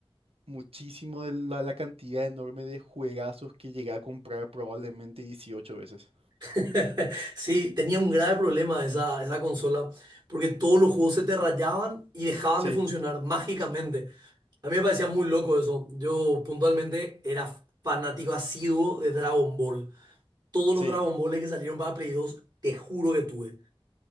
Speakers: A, on the right; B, on the right.
A: muchísimo de la, la cantidad enorme de juegazos que llegué a comprar probablemente 18 veces.
B: <laughs> Sí, tenía un grave problema esa, esa consola, porque todos los juegos se te rayaban y dejaban
A: Sí,
B: de funcionar mágicamente. A mí me parecía muy loco eso. Yo puntualmente era fanático asiduo de Dragon Ball. Todos
A: sí.
B: los Dragon Balls que salieron para Play 2, te juro que tuve.